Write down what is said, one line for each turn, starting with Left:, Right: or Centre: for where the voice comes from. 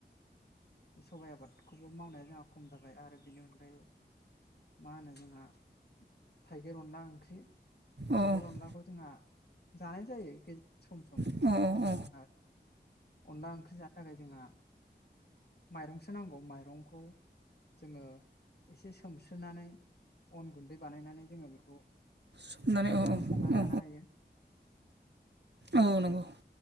Left: सबाइ आबादखौबो मावनाया जोंहा खम जाबाय आरो बेनि अनगायै मा होनो जोंहा थाइगिर अनला ओंख्रि थाइगिर
Right: औ औ
Left: अनलाखौ जोंहा जानाय जायो सम सम मानो
Right: औ औ
Left: होनबा
Right: औ
Left: जोंहा अनला ओंख्रि जानो थाखाय जोंहा माइरंसो नांगौ माइरंखौ जोङो एसे सोमस्रोनानै अन गुन्दै बानायनानै जोङो बेखौ
Right: सोमनानै
Left: थाइगिरजों
Right: औ
Left: संनानै
Right: औ
Left: जानो हायो।
Right: औ नंगौ